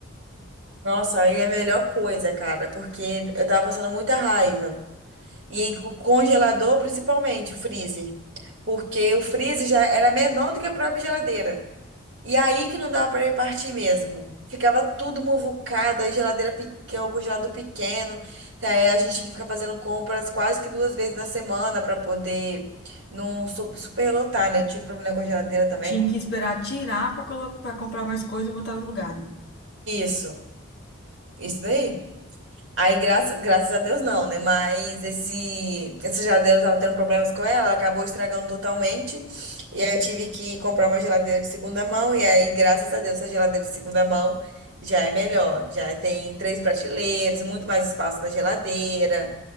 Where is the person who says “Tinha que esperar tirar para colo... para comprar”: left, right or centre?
Left